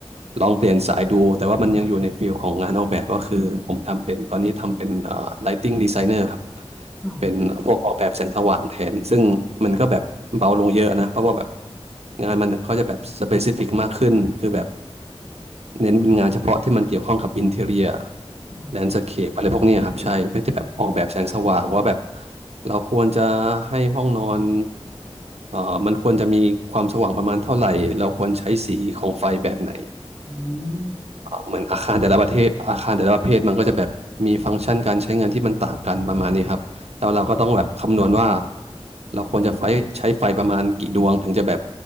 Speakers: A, on the right (about 75°); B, on the left (about 15°).
A: ลองเปลี่ยนสายดูแต่ว่ามันยังอยู่ในฟิลของงานออกแบบก็คือผมทำเป็นตอนนี้ทำเป็นเอ่อ lighting designer ครับ
B: อ๋อ
A: เป็นพวกออกแบบแสงสว่างแทนซึ่งมันก็แบบเบาลงเยอะนะเพราะว่าแบบงานมันก็จะแบบ specific มากขึ้นคือแบบ เน้นเป็นงานเฉพาะที่มันเกี่ยวข้องกับอินเท i เรีย
B: อ๋อ
A: แลนด์สเคปอะไรพวกเนี้ยครับใช่เพื่อที่แบบออกแบบแสงสว่างว่าแบบเราควรจะให้ห้องนอนเอ่อมันควรจะมีความสว่างประมาณเท่าไหร่ เราควรใช้สีของไฟแบบไหน
B: อืม
A: เหมือนอาคารแต่ละประเทศอาคารแต่ละประเภทมันก็จะแบบมีฟังก์ชันการใช้งานที่มันต่างกันประมาณนี้ครับแต่ว่าเราก็ต้องแบบคำนวณว่าเราควรจะไฟใช้ไฟประมาณกี่ดวงถึงจะแบบ